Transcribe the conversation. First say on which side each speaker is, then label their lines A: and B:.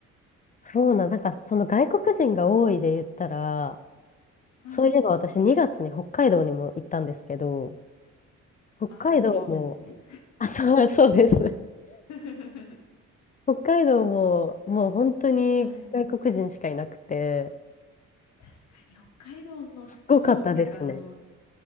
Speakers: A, on the left; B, on the left.
A: そうなん、なんか、その外国人が多いで言ったら、
B: はい
A: そういえば私2月に北海道にも行ったんですけど、北海道も、
B: あ滑りに行ったんですね
A: あ、そう、そうです。
B: <laughs>
A: 北海道も、もう本当に外国人しかいなくて、
B: はい確かに北海道のスキーってかあの
A: すごかったですね。